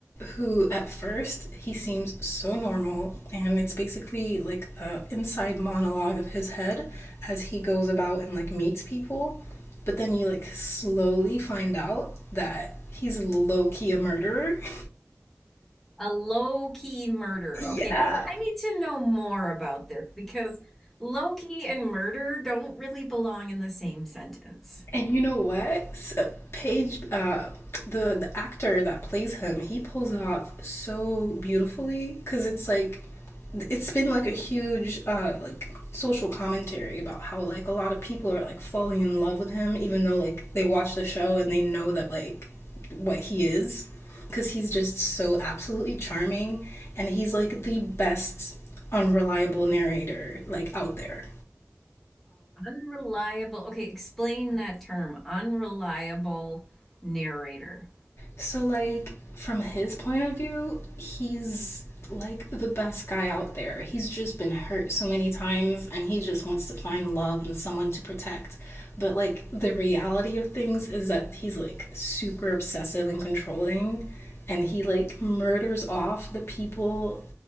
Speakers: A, on the left (about 65°); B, in the centre.
A: who, at first, he seems so normal, and it's basically like a inside monologue of his head as he goes about and like meets people. But then you like slowly find out that he's low key a murderer. <laughs>
B: A low key murder.
A: Yeah.
B: Okay, I need to know more about this because low key and murder don't really belong in the same sentence.
A: And you know what? S- uh, Paige, uh, the, the actor that plays him, he pulls it off so beautifully because it's like, it's been like a huge, uh, like, social commentary about how like a lot of people are like falling in love with him even though like they watch the show and they know that like what he is because he's just so absolutely charming and he's like the best unreliable narrator like out there
B: Unreliable. Okay, explain that term. Unreliable narrator.
A: So, like, from his point of view, he's like the best guy out there. He's just been hurt so many times and he just wants to find love and someone to protect. But, like, the reality of things is that he's like super obsessive and controlling and he like murders off the people